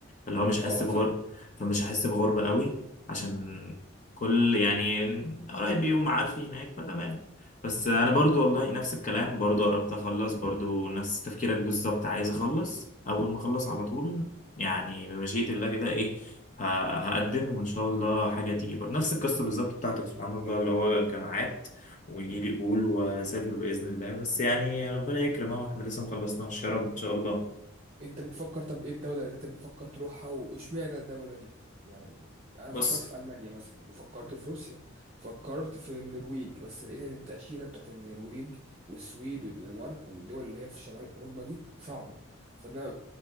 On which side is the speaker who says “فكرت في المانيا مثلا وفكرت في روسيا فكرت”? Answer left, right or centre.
Right